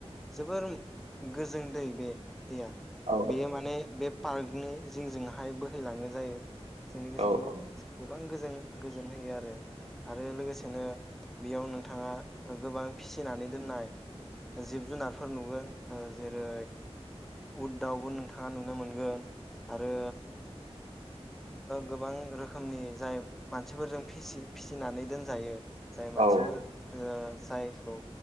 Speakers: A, in the centre; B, on the right.
A: जोबोर गोजों दै बे दैया
B: औ
A: बेयो माने बे पार्कनि जिंजोंहाय बोहैलाङो जायो। जोंनि गोसोखौ
B: औ
A: गोबां गोजोन गोजोन होयो आरो आरो लोगोसेनो बेयाव नोंथाङा गोबां फिसिनानै दोननाय जिब जुनारफोर नुगोन ओ जेरै उद दावबो नोंथाङा नुनो मोनगोन। आरो गोबां रोखोमनि जाय मानसिफोरजों फिसि फिसिनानै दोनजायो। जाय मानसिफोर
B: औ
A: ओ जायखौ